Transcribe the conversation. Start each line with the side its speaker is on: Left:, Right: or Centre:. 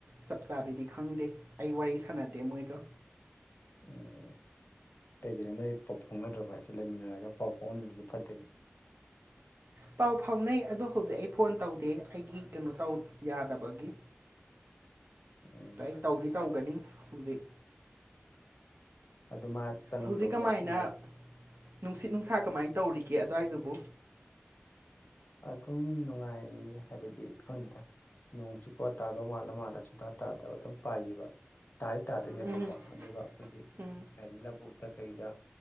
Right: ꯆꯞ ꯆꯥꯕꯤꯗꯤ ꯈꯪꯗꯦ ꯑꯩ ꯋꯥꯔꯤ ꯁꯥꯟꯅꯗꯦ ꯃꯣꯏꯒ
Left: ꯎꯝ ꯀꯩꯒꯤꯅ ꯅꯣꯏ ꯄꯥꯎ ꯐꯥꯎꯅꯗ꯭ꯔꯕ ꯍꯥꯏꯁ ꯂꯩꯃꯤꯟꯅꯔꯒ ꯄꯥꯎ ꯐꯥꯎꯍꯟꯕꯗꯨꯗꯤ ꯐꯠꯇꯦ
Right: ꯄꯥꯎ ꯐꯥꯎꯅꯩ ꯑꯗꯣ ꯍꯧꯖꯤꯛ ꯑꯩ ꯐꯣꯟ ꯇꯧꯗꯦ ꯑꯩꯒꯤ ꯀꯩꯅꯣ ꯇꯧ ꯌꯥꯗꯕꯒꯤ
Left: ꯎꯝ
Right: ꯑꯩ ꯇꯧꯗꯤ ꯇꯧꯒꯅꯤ ꯍꯧꯖꯤꯛ
Left: ꯑꯗꯨꯃꯥ ꯆꯪꯗꯧꯕ
Right: ꯍꯧꯖꯤꯛ ꯀꯃꯥꯏꯅ
Left: ꯂꯥꯛ
Right: ꯅꯨꯡꯁꯤꯠ ꯅꯨꯡꯁꯥ ꯀꯃꯥꯏꯅ ꯇꯧꯔꯤꯒꯦ ꯑꯗꯨ꯭ꯋꯥꯏꯗꯨꯕꯨ
Left: ꯑꯗꯨꯝ ꯅꯨꯡꯉꯥꯏꯔꯤ ꯍꯥꯏꯕꯗꯤ ꯈꯪꯗꯦꯗ ꯅꯣꯡ ꯆꯨꯀꯣ ꯇꯥꯗꯧ ꯃꯥꯜꯂ ꯃꯥꯜꯂ ꯁꯨꯡꯊꯥ ꯇꯥꯗꯕ ꯑꯗꯨꯝ ꯄꯥꯏꯒꯤꯕ ꯇꯥꯗꯤ ꯇꯥꯗꯣꯏꯅꯦꯕꯀꯣ
Right: ꯎꯝ
Left: ꯑꯗꯨꯒ ꯑꯩꯈꯣꯏꯒꯤ
Right: ꯎꯝ
Left: ꯍꯥꯏꯅꯤ ꯂꯧꯕꯨꯛꯇ ꯀꯩꯗ